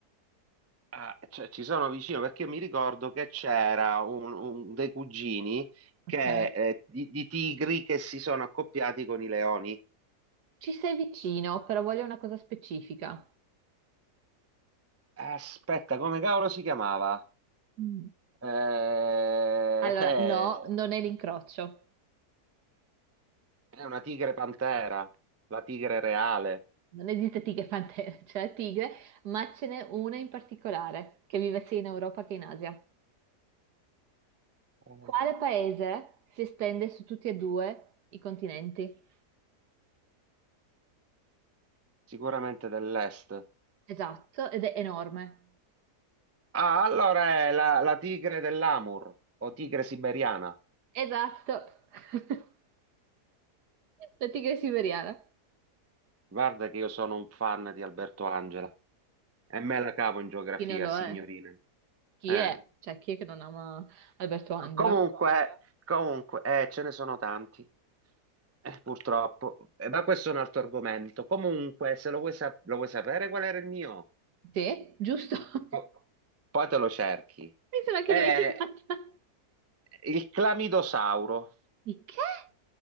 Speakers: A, on the right; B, on the right.
A: Ah, cioè, ci sono vicino perché io mi ricordo che c'era un, un- dei cugini che,
B: Ok.
A: eh, di, di tigri che si sono accoppiati con i leoni.
B: Ci sei vicino, però voglio una cosa specifica.
A: Aspetta, come cavolo si chiamava?
B: Mm.
A: Eh,
B: Allora,
A: eh,
B: no, non è l'incrocio,
A: è una tigre pantera, la tigre reale,
B: non esiste tigre e pantera, <laughs> c'è la tigre, ma ce n'è una in particolare che vive sia in Europa che in Asia.
A: Oh.
B: Quale paese si estende su tutti e due i continenti?
A: sicuramente dell'est.
B: Esatto, ed è enorme.
A: Ah, allora è la, la tigre dell'Amur o tigre siberiana.
B: Esatto. <laughs> La tigre siberiana.
A: Guarda che io sono un fan di Alberto Angela e me la cavo in geografia,
B: Chi non lo
A: signorina.
B: è? Chi
A: Eh,
B: è? Cioè, chi è che non ama Alberto Angela?
A: co- Comunque, comunque, eh, ce ne sono tanti, eh, purtroppo. Eh, ma questo è un altro argomento. Comunque, se lo vuoi, sa- lo vuoi sapere qual era il mio,
B: Te? Giusto. <laughs>
A: Po- poi te lo cerchi.
B: Mi sono anche
A: Eh,
B: dimenticata.
A: il clamidosauro.
B: Di che?